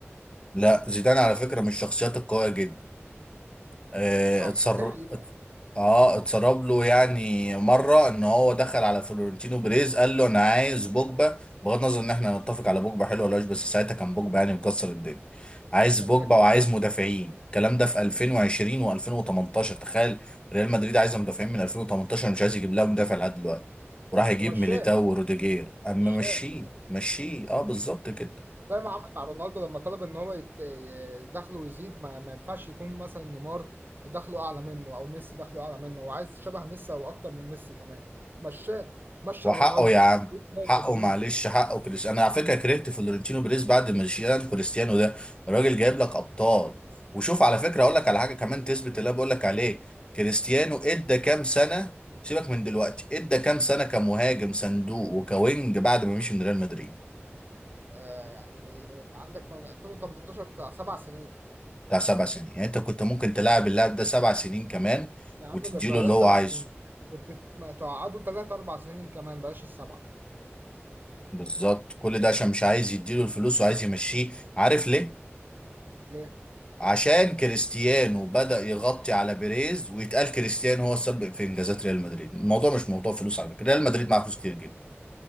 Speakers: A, on the left (about 20°); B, on the right (about 45°).
A: لا زيدان على
B: يعني
A: فكره من الشخصيات القويه جدا اتسرب
B: صح دي حقيقة
A: اه اتسرب له يعني مره ان هو دخل على فلورنتينو بيريز قال له انا عايز بوجبا بغض النظر ان احنا نتفق على بوجبا حلو ولا وحش بس ساعتها كان بوجبا يعني مكسر الدنيا عايز
B: ده
A: بوجبا
B: كده كده
A: وعايز مدافعين الكلام ده في 2020 و2018 تخيل ريال مدريد عايزه مدافعين من 2018 مش عايز يجيب لها مدافع لحد دلوقتي وراح يجيب
B: ومشاه
A: ميليتاو وروديجير اما
B: مشاه
A: مشيه
B: يعني
A: مشيه اه بالظبط كده
B: زي ما عمل مع رونالدو لما طلب ان هو يت- ي- دخله يزيد ما, ما ينفعش يكون مثلا نيمار دخله اعلى منه او ميسي دخله اعلى منه هو عايز شبه ميسي او اكتر من ميسي كمان مشاه مشى
A: وحقه
B: رونالدو
A: يا عم
B: في ريال
A: حقه
B: مدريد
A: معلش حقه كريس انا على فكره كرهت فلورنتينو بيريز بعد ما شيلان كريستيانو ده الراجل جايب لك ابطال وشوف على فكره اقول لك على حاجه كمان تثبت اللي انا بقول لك عليه كريستيانو ادى كام سنه سيبك من دلوقتي ادى كام سنه كمهاجم صندوق وكوينج بعد ما مشي من ريال مدريد
B: آه يعني عندك من 2018 بتاع سبع سنين
A: بتاع سبع سنين يعني انت كنت ممكن تلاعب اللاعب ده سبع سنين كمان
B: يا عم
A: وتديله
B: بلاش
A: اللي هو
B: سبع
A: عايزه
B: سنين كنت ما تقعدوا ثلاث اربع سنين كمان بلاش السبعه
A: بالظبط كل ده عشان مش عايز يديله الفلوس وعايز يمشيه عارف ليه
B: ليه؟
A: عشان كريستيانو بدأ يغطي على بيريز ويتقال كريستيانو هو السبب في انجازات ريال مدريد الموضوع مش موضوع فلوس على فكرة ريال مدريد معاه فلوس كتير جدا